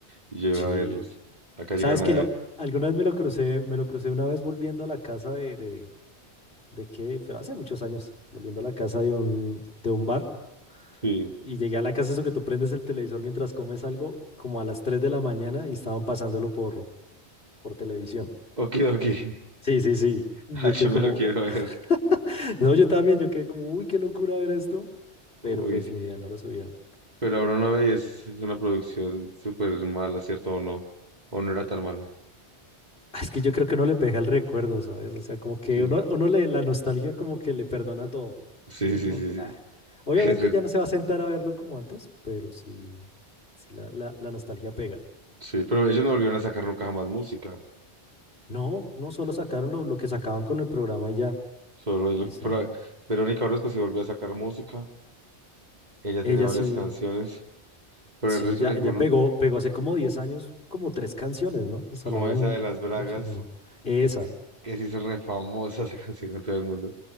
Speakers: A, on the right; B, on the left.
A: y yo iba
B: Sí.
A: a verlos. Acá
B: ¿Sabes
A: llegaron
B: que
A: a ver.
B: lo, alguna vez me lo crucé, me lo crucé una vez volviendo a la casa de, de, de qué, pero hace muchos años, volviendo a la casa de un, de un bar
A: Sí.
B: y llegué a la casa eso que tú prendes el televisor mientras comes algo, como a las 3 de la mañana y estaban pasándolo por, por televisión.
A: Okidoki.
B: Sí, sí, sí. Yo
A: <laughs> Ay, yo
B: quedé
A: me
B: como,
A: lo quiero ver.
B: <laughs> no, yo también, yo quedé como, uy, qué locura ver esto,
A: Uy,
B: pero pues
A: sí.
B: ni idea, no lo subieron.
A: pero ahora no veis, es una producción súper mala, ¿cierto? ¿O no? ¿O no era tan mala?
B: Es que yo creo que uno le pega el recuerdo, ¿sabes? O sea, como que
A: Sí.
B: uno, uno le, la nostalgia como que le perdona todo.
A: Sí,
B: Entonces,
A: sí,
B: como
A: sí,
B: que,
A: sí.
B: obviamente
A: Es ver-
B: ya no se va a sentar a verlo como antes, pero sí, sí la, la, la nostalgia pega.
A: sí, pero ellos no volvieron a sacar nunca jamás música.
B: No, no, solo sacaron lo, lo que sacaban con el programa y ya.
A: Solo es lo
B: Y está.
A: que- por ahí- Verónica Orozco sí volvió a sacar música. Ella
B: Ella
A: tiene varias
B: sí,
A: canciones, pero
B: sí,
A: el resto
B: ella,
A: ninguno.
B: ella pegó, pegó hace como 10 años como tres canciones, ¿no? Sonaban
A: Como esa de Las Bragas,
B: muchísimo. Esa.
A: que se hizo re famosa esa <laughs> canción con todo el mundo.